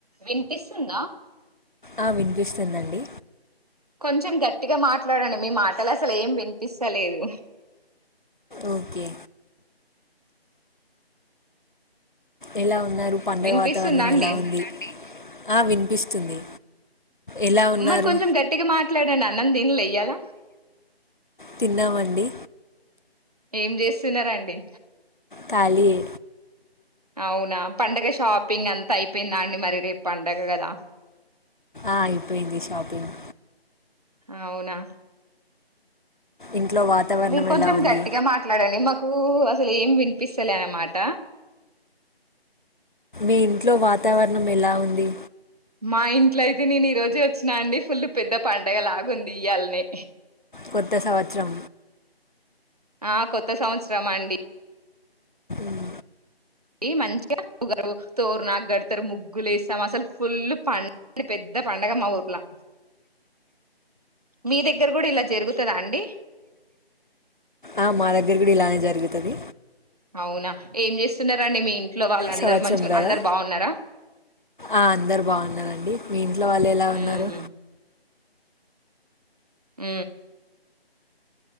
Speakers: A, on the right; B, on the left.
A: వినిపిస్తుందా
B: ఆ వినిపిస్తుందండి
A: కొంచెం గట్టిగా మాట్లాడండి మీ మాటలు అసలు ఏం వినిపిస్తలేదు
B: ఓకే ఎలా ఉన్నారు పండగ
A: వినిపిస్తుందా
B: వాతావరణం
A: అండి
B: ఎలా ఉంది ఆ వినిపిస్తుంది ఎలా ఉన్నారు
A: మరి కొంచెం గట్టిగా మాట్లాడండి అన్నం తిన్లే ఇయ్యాల
B: తిన్నామండి
A: ఏం చేస్తున్నారండి
B: కాలీ ఏ
A: అవునా పండగ షాపింగ్ అంతా అయిపోయిందా అండి మరి రేపు పండగ కదా
B: ఆ అయిపోయింది షాపింగ్
A: అవునా
B: ఇంట్లో వాతావరణం
A: మీరు కొంచెం
B: ఎలా ఉంది
A: గట్టిగా మాట్లాడండి మాకు అసలు ఏం వినిపిస్తలే అన్నమాట
B: మీ ఇంట్లో వాతావరణం ఎలా ఉంది
A: మా ఇంట్లో అయితే నేను ఈరోజే వచ్చినా అండి ఫుల్ పెద్ద పండగలా ఉంది ఇయ్యాలనే
B: కొత్త సంవత్సరం
A: ఆ కొత్త సంవత్సరం అండి
B: ఉమ్,
A: ఈ మంచిగా ఉగరు తోర్ నా గడ్ తరు ముగ్గులు వేస్తాం అసలు ఫుల్ పండ పెద్ద పండగ మా ఊర్లా మీ దగ్గర కూడా ఇలా జరుగుతదా అండి
B: ఆ మా దగ్గర కూడా ఇలానే జరుగుతుది
A: అవునా ఏం చేస్తున్నారండి మీ ఇంట్లో వాళ్ళందరూ
B: సంవత్సరం
A: మంచి
B: కదా
A: అందరు బాగున్నారా
B: ఆ అందరు బాగున్నారండి మీ ఇంట్లో వాళ్ళు ఎలా ఉన్నారు
A: ఉహు మ్